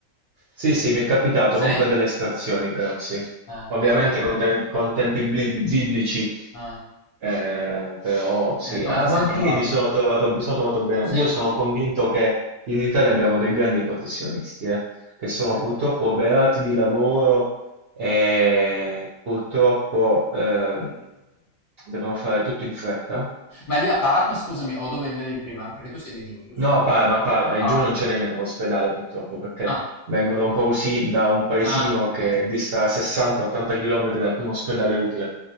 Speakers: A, on the right; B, on the left.
A: Sì, sì, mi è capitato,
B: Sì?
A: non per delle estrazioni però, sì.
B: Ah,
A: Ovviamente
B: e come
A: con, tem- con tempi bli- biblici,
B: ah,
A: eh, però sì.
B: e come
A: Ah,
B: ti sei
A: ma anche
B: trovato?
A: lì mi sono trovato, mi sono trovato bene.
B: Sì?
A: Io sono convinto che in Italia abbiamo dei grandi professionisti, eh, che
B: Okay.
A: sono purtroppo oberati di lavoro e purtroppo ehm, devono fare tutto in fretta
B: Ma lì a Parma scusami, o dove vivevi prima? Perché tu sei di giù, giusto?
A: No, a Parma, a Parma,
B: Parma.
A: e giù non c'è nemmeno l'ospedale purtroppo, perché
B: Ah,
A: vengo da un pausi- da un paesino
B: ah, okay.
A: che dista 60-80 km dal primo ospedale utile,